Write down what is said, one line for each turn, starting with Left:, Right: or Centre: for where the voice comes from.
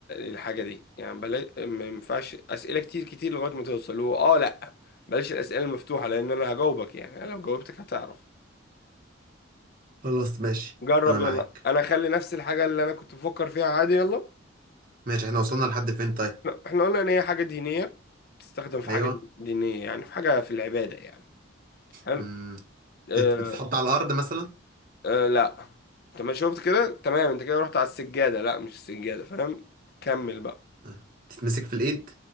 Left: للحاجه دي يعني بلاش ما ينفعش اسئله كتير كتير لغايه ما توصل هو اه لا بلاش الاسئله المفتوحه لان انا هجاوبك يعني انا لو جاوبتك هتعرف
Right: خلاص ماشي
Left: جرب
Right: انا معاك
Left: يلا انا اخلي نفس الحاجه اللي انا كنت بفكر فيها عادي يلا
Right: ماشي احنا وصلنا لحد فين طيب
Left: احنا إحنا قلنا ان هي حاجه دينيه تستخدم في
Right: ايوه
Left: حاجه دينيه يعني في حاجه في العباده يعني حلو
Right: مم.
Left: آه،
Right: بتت- بتتحط على الأرض مثلا
Left: أه لا تمام شفت كده تمام انت كده رحت على السجادة لا مش السجادة فاهم كمل بقى
Right: آه. تتمسك في الإيد